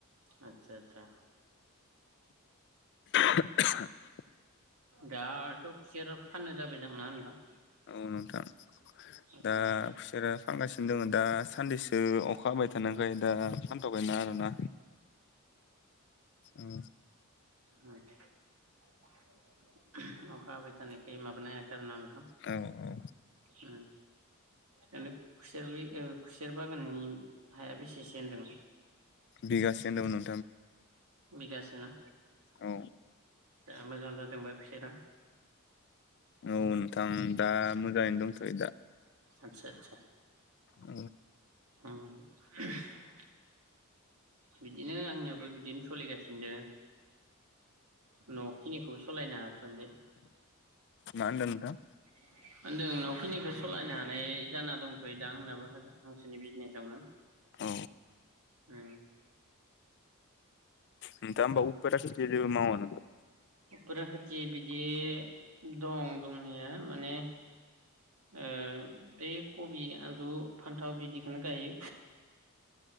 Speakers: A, on the right; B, on the left.
A: आतसा आतसा।
B: <unintelligible>
A: दाथ' खुसेर फाननो जाबाय दां ना नोंथां?
B: औ नोंथां
A: आदसा
B: दा खुसेरा फानगासिनो दङ दा सानदिसो अखा हाबाय थानायखाय दा फानथ'वाखै आरो ना। औ।
A: ओम अखा हाबाय थानायखाय माबानो हायाखै आरो न'?
B: औ औ
A: <unintelligible> उम। हेलेब खुसेर बे ओ खुसेर बागाननि हाया बेसेसो होनदों?
B: बिगासे होनदोमोन नो
A: बिगासे ना
B: औ
A: जा मोजां जादोंबा खुसेरा।
B: औ नोंथां दा मोजाङैनो दंथ'यो दा।
A: आतसा आतसा।
B: औ
A: उम <unintelligible> बिदिनो आंनियाबो बिदिनो सलिगासिनो दोङो। न'खिनिखौबो सलायनो हासानदि।
B: मा होनदों नोंथां?
A: <inaudible> होनदों न'खिनिखौ सलायनो हानाय जाना दंथ'यो दा आंनाबो हा-हांसोनि बिजनेसावनो।
B: औ
A: ओं
B: नोंथाङा होनबा उफेरा खेथि जेबो मावा नामा?
A: अफरा खेथि बिदि दं दंनाया माने ओ बे कबि आलु फान्थाव बिदिखौनो गायो।